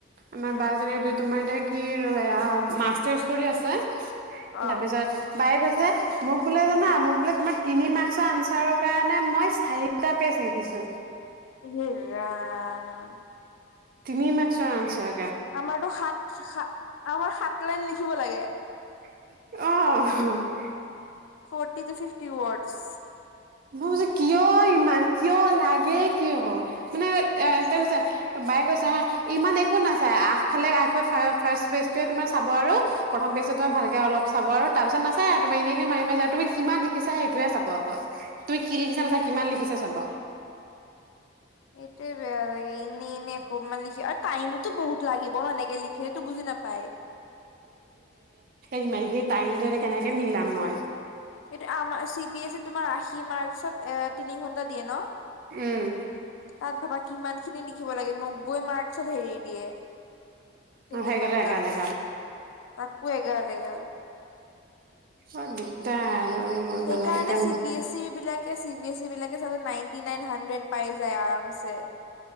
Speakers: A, on the right; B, on the left.
A: আমাৰ
B: উম
A: বাজনী এইটো তোমাৰ তাইক কিৰ আঁ উম মাষ্টাৰছ কৰি আছে
B: অ
A: তাৰপিছত বায়ে কৈছে মোক বোলে জানা মোক বোলে তোমাৰ তিনি মাক মাৰ্কচৰ আনছাৰৰ কাৰণে মই চাৰিটা পেজ লিখিছো
B: এ ৰাম
A: তিনি মাক্সৰ আনছাৰ
B: আমাৰতো সাত আমাৰ সাত লাইন লিখিব লাগে
A: অঁ
B: ফৰ্টি ফিফটি ওৱৰ্ডছ
A: বুজিছোঁ কিয় ইমান কিয় লাগে কিয় মানে এটা কৈছে বাই কৈছা হা ইমান একো নাচাই আগফালে আগ ফাৰ্ষ্টেজটোৱে তোমাৰ চাব আৰু প্ৰথম পেজটো তোমাৰ ভালকে অলপ চাব আৰু তাৰপিছত নাচায় আৰু তুমাৰ এনেই এনেই মাৰি মাৰি যা আৰু তুমি কিমান লিখিছা সেইটোহে চাব অকল তুমি কি লিখিছা নেচায় কিমান লিখিছা চাব
B: এইটোৱেই বেয়া লাগে ইনেই এনেই এসোপামান লিখি আৰু টাইম টাইমো বহুত লাগিব ন এনেকে লিখিলে সেইটো বুজি নাপায়
A: যিমানখিনি টাইম ধৰি কেনেকে মিলাম মই
B: সেইটো আমাৰ চি বি এছ ই তোমাৰ আশী মাৰ্কত এ তিনি ঘন্টা দিয়ে ন
A: উম
B: তাত ভাবা কিমান খিনি লিখিব লাগে নব্বৈ মাৰ্কচত হেৰি দিয়ে তিনি
A: মই হৈ গ'লো
B: ঘণ্টা
A: এগাল এগাল
B: তাকো এগাল <unintelligible>
A: অঁ দিগদাৰ আৰু এইবোৰ
B: সেই
A: মানে
B: কাৰণে
A: এতিয়া
B: চি বি এছ ই বিলাকে বি এ চি বিলাকে চাবাচোন নাইনটি নাইন পাই যায় আৰামচে